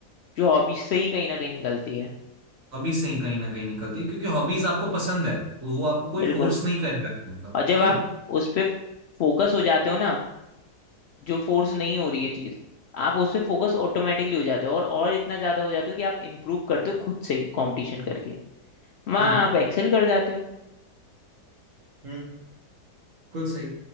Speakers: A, on the left; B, on the right.
A: जो हॉबी से ही कहीं ना कहीं निकलती है
B: हॉबी से ही कहीं ना कहीं निकलती है क्योंकि हॉबीज आपको पसंद है वो आपको कोई
A: बिल्कुल
B: फोर्स नहीं करेगा उनका
A: और जब
B: क्यों
A: आप उस पे फोकस हो जाते हो ना जो फोर्स नहीं हो रही है चीज आप उस पे फोकस ऑटोमेटिकली हो जाते हो और और इतना ज्यादा हो जाते हो कि आप इम्प्रूव करते हो खुद से ही कंपटीशन करके वहां
B: हम्म
A: आप एक्सेल कर जाते हो
B: हम्म बिल्कुल सही